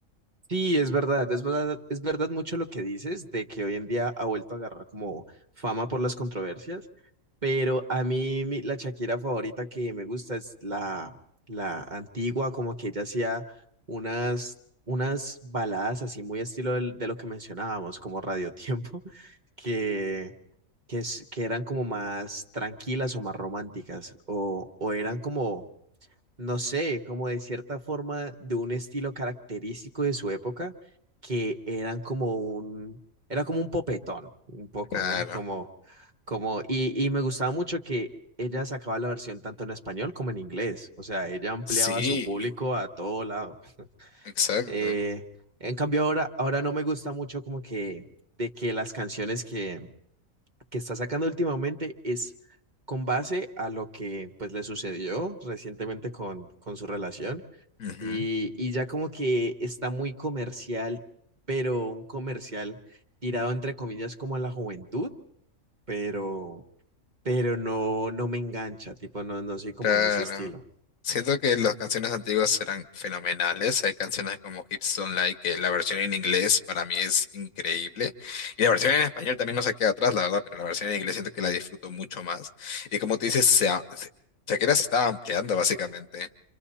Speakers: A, on the right; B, on the left.
A: Sí, es verdad, es verdad, es verdad mucho lo que dices de que hoy en día ha vuelto a agarrar como fama por las controversias, pero a mí mi- la Shakira favorita que me gusta es la, la antigua, como que ella hacía unas, unas baladas así muy estilo del- de, lo que mencionábamos, como Radio Tiempo, <laughs> que, que, es- que eran como más tranquilas o más románticas, o, o eran como no sé, como de cierta forma de un estilo característico de su época que eran como un, era como un popetón, un poco,
B: Claro,
A: ¿no? Como, como, y, y me gustaba mucho que ella sacaba la versión tanto en español como en inglés, o sea, ella ampliaba
B: sí,
A: su público a todo lado.
B: exacto.
A: Eh, en cambio ahora, ahora no me gusta mucho como que, de que las canciones que, que está sacando últimamente es con base a lo que pues le sucedió recientemente con, con su relación
B: Ujú.
A: y, y ya como que está muy comercial, pero un comercial tirado entre comillas como a la juventud, pero, pero no, no me engancha, tipo, no, no soy como
B: Claro.
A: de ese estilo.
B: Siento que las canciones antiguas eran fenomenales. Hay canciones como Hips Don't Lie, que la versión en inglés para mí es increíble. Y la versión en español también no se queda atrás, la verdad, pero la versión en inglés siento que la disfruto mucho más. Y como tú dices, se, a- se- Shakira se estaba ampliando básicamente.